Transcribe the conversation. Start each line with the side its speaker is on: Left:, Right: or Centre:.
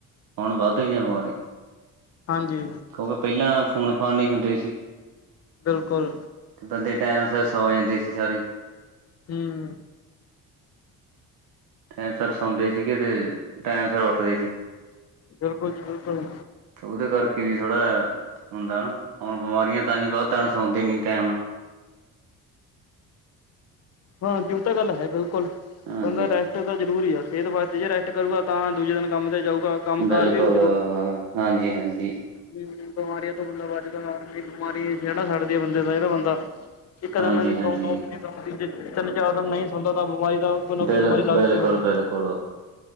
Right: ਹੁਣ ਵੱਧ ਗਈਆਂ ਬਿਮਾਰੀਆਂ।
Left: ਹਾਂਜੀ।
Right: ਕਿਉਂਕਿ ਪਹਿਲਾਂ, ਫੋਨ ਫਾਨ ਨੀ ਹੁੰਦੇ ਸੀ।
Left: ਬਿਲਕੁਲ।
Right: ਤੇ ਬੰਦੇ ਟੈਮ ਸਿਰ ਸੌ ਜਾਂਦੇ ਸੀ ਸਾਰੇ।
Left: ਹਮ।
Right: ਟੈਮ ਸਿਰ ਸੌਂਦੇ ਸੀਗੇ ਤੇ, ਟੈਮ ਸਿਰ ਉੱਠਦੇ ਸੀ।
Left: ਬਿਲਕੁਲ ਜੀ ਬਿਲਕੁਲ।
Right: ਉਹਦੇ ਕਰਕੇ ਵੀ ਥੋੜਾ, ਹੁੰਦਾ ਨਾ ਹੁਣ ਬਿਮਾਰੀਆਂ ਤਾਂਹੀ ਵੱਧ ਆ ਸੌਂਦੇ ਨੀ ਟੈਮ ਨਾਲ।
Left: ਹਾਂ, ਇਹ ਤੇ ਗੱਲ ਹੈ ਬਿਲਕੁਲ,
Right: ਹਾਂਜੀ
Left: ਬੰਦਾ ਰੈਸ ਰੈਸਟ ਤਾਂ ਜ਼ਰੂਰੀ ਆ ਸਿਹਤ ਵਾਸਤੇ, ਜੇ ਰੈਸਟ ਕਰੂਗਾ ਤਾਂ ਦੂਜੇ ਦਿਨ ਕੰਮ 'ਤੇ ਜਾਊਗਾ। ਕੰਮ ਕਾਰ
Right: ਬਿਲਕੁਲ
Left: ਵੀ
Right: ਅ, ਹਾਂਜੀ- ਹਾਂਜੀ।
Left: ਵੀ, ਬਿਮਾਰੀਆਂ ਤੋਂ ਬੰਦਾ ਬੱਚਦਾ, ਬਿਮਾਰੀ ਖਹਿੜਾ ਛੱਡਦੀ ਏ ਬੰਦੇ ਦਾ ਜਿਹੜਾ ਬੰਦਾ ਇੱਕ
Right: ਹਾਂਜੀ-ਹਾਂਜੀ
Left: ਦਿਨ ਨੀ ਸੌਂ, ਦੋ ਦਿਨ ਨੀ ਸੌਂ, ਤਿੰਨ- ਚਾਰ ਦਿਨ ਨਹੀਂ ਸੌਂਦਾ ਤਾਂ ਬਿਮਾਰੀ ਦਾ ਕੋਈ ਨਾ
Right: ਬਿਲ
Left: ਕੋਈ ਬਿਮਾਰੀ
Right: ਬਿਲਕੁਲ-
Left: ਲੱਗਦੀ
Right: ਬਿਲਕੁਲ-
Left: ਹੋਊ।
Right: ਬਿਲਕੁਲ